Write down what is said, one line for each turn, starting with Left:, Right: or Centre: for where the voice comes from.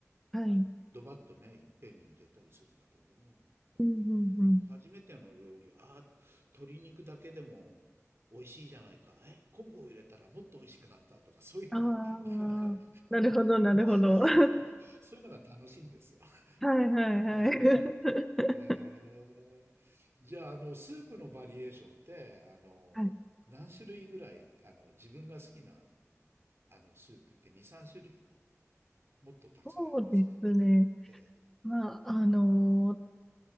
Centre: はい。
Right: あの、ドバッとね、いっぺんに入れたりするんだけれども、
Centre: うんうんうん。
Right: うん、初めての料理は、ああ、鶏肉だけでも美味しいじゃないか、え、昆布を入れたらもっと美味しくなったとか、そういうのをね、
Centre: ああ、なるほど、なるほど。
Right: <laughs>
Centre: <laughs> は
Right: そういうのが楽しいんですよ。
Centre: いはいはい。
Right: はいはいへえ。じゃあ、あの、スープのバリエーションって、あの、
Centre: <laughs> はい、
Right: 何種類ぐらい、あの、自分が好きな、あの、スープって2、3種類、もっとたくさんありますね。
Centre: そうですね。
Right: ええ。
Centre: まあ、あのー